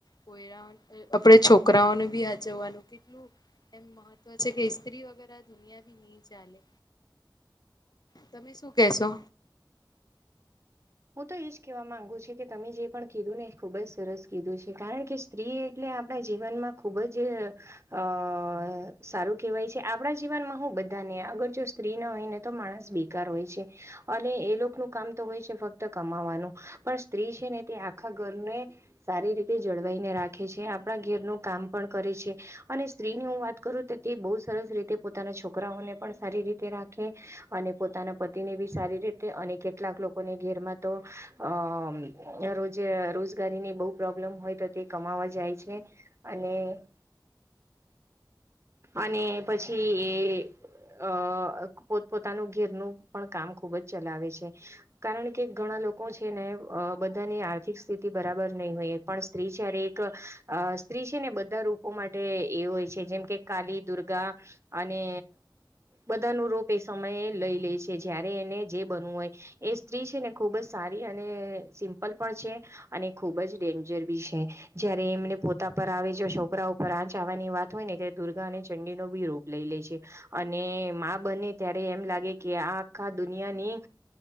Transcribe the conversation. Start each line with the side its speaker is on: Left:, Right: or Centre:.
Left: કોરા આપણે છોકરાઓને બી હચવવાનું કેટલું એમ મહત્વ છે કે ઇસ્ત્રી વગર આ દુનિયા ભી નહી ચાલે તમે શું કેશો
Right: હું તો એજ કેહેવા માંગુ છું કે તમે જે પણ કીધું ને એ ખુબ જ સરસ કીધું છે કારણ કે સ્ત્રી એટલે આપણા જીવનમાં ખુબ જ અ સારું કહેવાય છે આપણા જીવનમાં હું બધા બધાને અગર જો સ્ત્રી ના હોય ને તો માણસ બેકાર હોય છે અને એ લોકો ન કામ તો હોય છે ફક્ત કમાવાનું પણ સ્ત્રી છે ને તે આખા ઘરને સારી રીતે જળવાઈને રાખે છે આપણા ઘરનું કામ પણ કરે છે અને સ્ત્રીની હું વાત કરું તો તે બહુ સરસ રીતે પોતાના છોકરાઓ સારી રી રાખે અને પોતાના પતિને બી સારી રીતે અને કેટલાક લોકોને ઘેરમાં તો અ રોજે રોજગારી ની બહુ પ્રોબ્લેમ હોય તો તે કમાવા જાય છે અને અને પછી એ અ પોતપોતાનું ઘેરનું પણ કામ ખુબ જ ચલાવે છે કારણ કે કે ઘણા લોકો છે ને બધાની આર્થિક સ્થિતિ બરાબર નહીં હોય એક પણ સ્ત્રી જ્યારે એક અ સ્ત્રી છે ને બધા રૂપો માટે એ હોય છે જેમ કે કાલી દુર્ગા અને બધા ન રોપ એ સમયે લઈ લે છે જયારે એને જે બનવું હોય એ ને ખૂબ જ સારી અને સિમ્પલ પણ છે અને ખૂબ જ ડેન્જર બી છે ત્યારે એમને પોતા પર આવે જો છોકરા પર આંચ આવવાની વાત હોય ને ત્યારે દુર્ગા અને ચંડીનો બી રરૂપ લઈ લે છે અને બને ત્યારે એમ લાગે કે આ આખા દુનિયાની